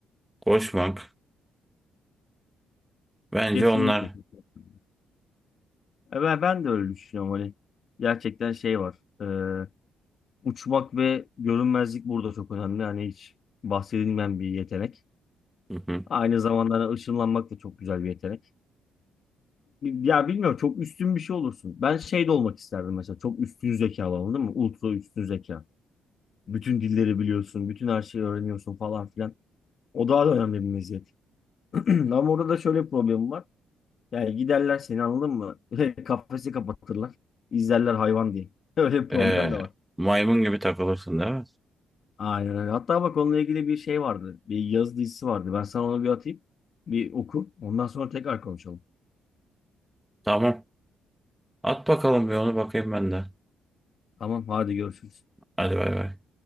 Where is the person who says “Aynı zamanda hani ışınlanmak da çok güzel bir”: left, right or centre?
Left